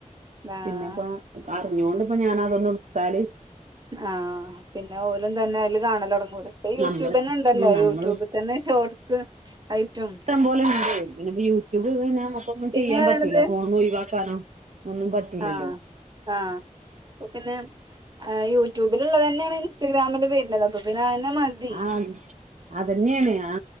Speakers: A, on the right; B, on the right.
A: ആഹ്
B: പിന്നെപ്പോ അറിഞ്ഞോണ്ട് ഇപ്പോ ഞാന് അതൊന്നെടുത്താല്
A: ആഹ് പിന്നെ ഓലും തെന്നെ അതില് കാണാലെടങ്ങും ഇപ്പോ യൂട്യൂബന്നെ
B: നമ്മള്
A: ഇ ണ്ടല്ലോ
B: ആഹ് നമ്മള്
A: യൂട്യൂബ് തന്നെ ഇഷ്ടം ഷോട്സ് അയ്റ്റും.
B: ഇഷ്ടം പോലെ ണ്ടേയ് പിന്നെപ്പോ യൂട്യൂബ് നമുക്കൊന്നും
A: പിന്നെ
B: ചെയ്യാൻ പറ്റൂല്ല
A: പറയണത്
B: ഫോണ്ന്ന് ഒഴിവാക്കാനോ ഇല്ലല്ലോ?
A: ആഹ് ആഹ് പിന്നെ ആ യൂട്യൂബിലുള്ളതെന്നെണ് ഇൻസ്റ്റാഗ്രാമിലും വേര്ന്നത് അപ്പൊ പിന്നെ പിന്നെ അയന്നെ മതി
B: ആഹ് അതന്നെയാണ് ആ